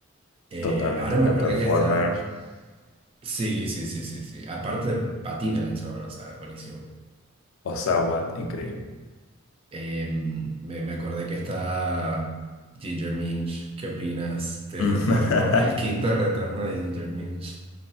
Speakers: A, on the right; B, on the left.
A: Eh,
B: Totalmente.
A: ahora me
B: Una
A: acordé
B: performer.
A: que está. Sí, sí, sí, sí, sí. Aparte, patina la chabona, o sea, buenísimo.
B: Osawa, increíble.
A: Eh, me, me acordé que está Ginger Minch. ¿Qué opinas del
B: <laughs>
A: retorno, el quinto retorno de Ginger Minch?